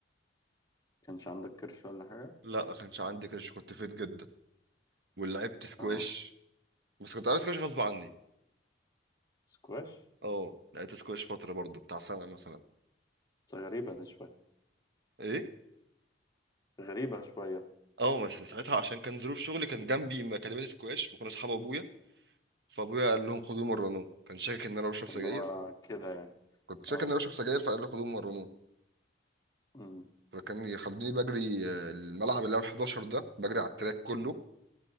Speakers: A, on the left (about 20°); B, on the right (about 60°).
A: كانش عندك كرش ولا حاجة
B: لا ما كانش عندي كرش كنت فيت جدا ولعبت سكواش
A: اه
B: بس كنت عايز سكواش غصب عني
A: سكواش
B: اه لعبت سكواش فتره برضو بتاع سنه مثلا
A: بس غريبة دي شوية
B: ايه
A: غريبة شوية
B: اه بس ساعتها عشان كان ظروف شغلي كان جنبي اكاديميه سكواش وكنا اصحاب ابويا فابويا قال لهم خدوه مرنوه كان شاكك ان انا بشرب سجاير
A: اللي هو كده يعني
B: كنت شاكك
A: اه
B: ان انا بشرب سجاير فقال لي خدوه مرنوه
A: امم
B: فكان يخلوني بجري آه، الملعب اللي هو 11 ده بجري على التراك كله